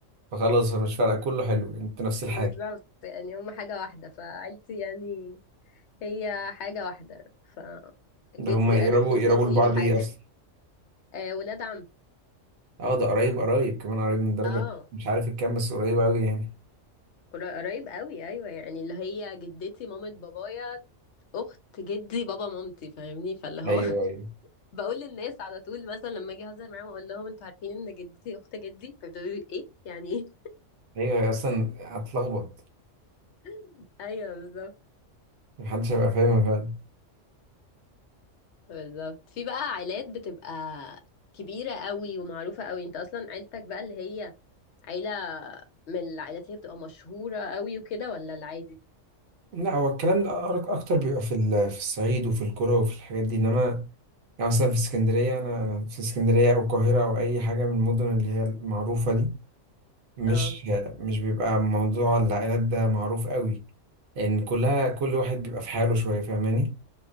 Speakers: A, on the right (about 60°); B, on the left (about 65°).
A: فخلاص فمش فارقة كله حلو أنت نفس الحاجة
B: بالظبط يعني هم حاجة واحدة فعيلتي يعني هي حاجة واحدة ف
A: ده
B: جدي
A: هم يقربوا
B: قريب جدتي
A: يقربوا لبعض
B: وحاجة
A: إيه أصلا
B: <laughs> آه ولاد عم
A: أه ده قريب قريب كمان قريب من درجة
B: اه
A: مش عارف الكام بس قريب أوي يعني
B: قرا- قريب قوي ايوه يعني اللي هي جدتي مامة بابايا اخت جدي بابا مامتي فاهمني فاللي هو
A: ايوه
B: <laughs>
A: ايوه
B: بقول للناس على طول مثلا لما اجي اهزر معاهم اقول لهم انتوا عارفين ان جدتي اخت جدي فيبداوا يقولوا ايه يعني ايه
A: ايوه اصلا هتلخبط
B: <laughs> ايوه بالظبط
A: محدش هيبقى فاهمها فعلا
B: بالظبط في بقى عائلات بتبقى كبيرة قوي ومعروفة قوي انت اصلا عيلتك بقى اللي هي عيلة من العائلات اللي هي بتبقى مشهورة قوي وكده ولا العادي
A: لا هو الكلام ده أرك- اكتر بيبقى في ال- في الصعيد وفي القرى وفي الحاجات دي انما يعني مثلا في اسكندريه انا أنا في اسكندريه او القاهره او اي حاجه من المدن اللي هي المعروفه دي مش
B: اه
A: مش بيبقى موضوع العائلات ده معروف قوي لان كلها كل واحد بيبقى في حاله شويه فاهماني